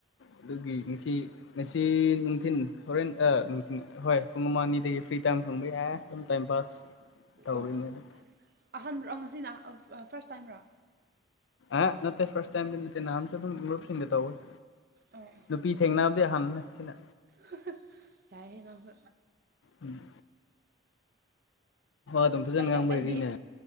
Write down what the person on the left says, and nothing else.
ꯑꯗꯨꯒꯤ ꯉꯁꯤ ꯉꯁꯤ ꯅꯨꯡꯊꯤꯟ ꯍꯣꯔꯦꯟ ꯑ ꯅꯨꯡꯊꯤꯟ ꯍꯣꯏ ꯄꯨꯡ ꯑꯃꯅꯤꯗꯒꯤ ꯐ꯭ꯔꯤ ꯇꯥꯏꯝ ꯐꯪꯕ ꯌꯥꯏ ꯑꯗꯨꯝ ꯇꯥꯏꯝ ꯄꯥꯁ ꯇꯧꯔꯤꯅꯦ
ꯑꯗꯨꯝ
ꯑꯦ ꯅꯠꯇꯦ ꯐꯥꯔꯁ ꯇꯥꯏꯝꯗꯤ ꯅꯠꯇꯦ ꯅꯥꯍꯟꯁꯨ ꯑꯗꯨꯝ ꯃꯔꯨꯞꯁꯤꯡꯒ ꯇꯧꯏ
ꯅꯨꯄꯤ ꯊꯦꯡꯅꯕꯗꯤ ꯑꯍꯟꯕꯅꯦ ꯁꯤꯅ
ꯎꯝ ꯑꯗꯨꯝ ꯐꯖꯅ
ꯉꯥꯡꯕꯩꯔꯤꯅꯦ